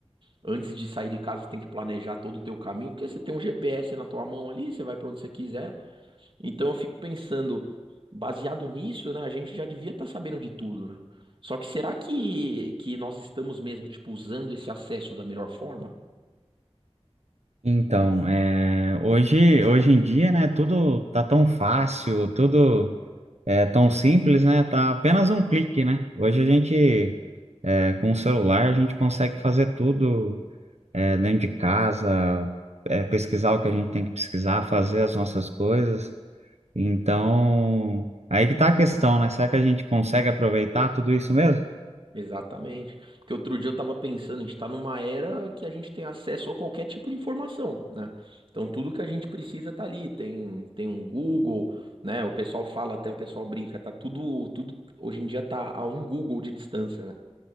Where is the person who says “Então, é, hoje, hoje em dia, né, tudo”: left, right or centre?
Right